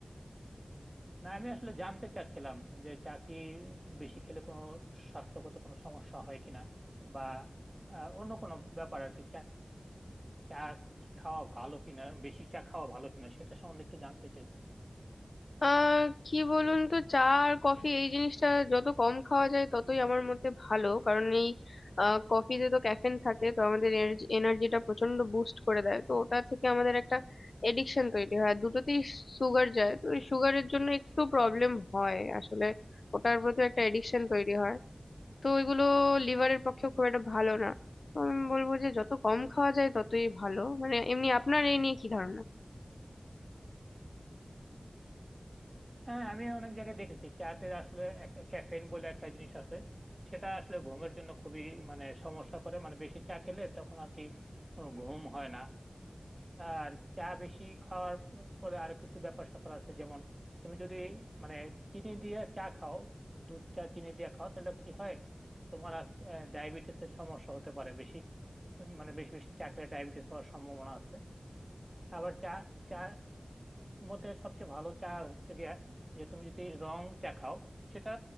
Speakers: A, on the right; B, on the left.
A: না আমি আসলে জানতে চাচ্ছিলাম যে চা কি বেশি খেলে কোনো স্বাস্থ্যগত কোনো সমস্যা হয় কিনা বা আহ, অন্য কোনো ব্যাপার আর কি চা চা খাওয়া ভালো কিনা বেশি চা খাওয়া ভালো কিনা সেটা সম্বন্ধে একটু জানতে চাই
B: আহ কি বলুন তো চা আর কফি এই জিনিসটা যত কম খাওয়া যায় ততই আমার মতে ভালো কারণ এই আহ, কফিতে তো ক্যাফেন থাকে তো আমাদের এনার্জিটা প্রচন্ড বুস্ট করে দেয় তো ওটা থেকে আমাদের একটা এডিকশন তৈরি হয় আর দুটোতেই সুগার যায় তো ওই সুগারের জন্য একটু প্রবলেম হয় আসলে ওটার প্রতি একটা এডিকশন তৈরি হয় তো এগুলো লিভারের পক্ষে খুব একটা ভালো না তো আমি বলবো যে যত কম খাওয়া যায় ততই ভালো মানে এমনি আপনার এই নিয়ে কি ধারণা
A: হ্যাঁ আমি অনেক জায়গায় দেখেছি চাতে আসলে একটা ক্যাফেইন বলে একটা জিনিস আছে সেটা আসলে ঘুমের জন্য খুবই মানে সমস্যা করে মানে বেশি চা খেলে তখন আর কি ঘুম হয় না আর চা বেশি খাওয়ার পরে আরো কিছু ব্যাপার স্যাপার আছে যেমন তুমি যদি মানে চিনি দিয়ে চা খাও দুধ চা চিনি দিয়ে খাও তাহলে কি হয় তোমার ডায়াবেটিস এর সমস্যা হতে পারে বেশি মানে বেশি বেশি চা খেলে ডায়াবেটিস হওয়ার সম্ভাবনা আছে আবার চা চা মধ্যে সবচেয়ে ভালো চা হচ্ছে গিয়া যে তুমি যদি রং চা খাও সেটা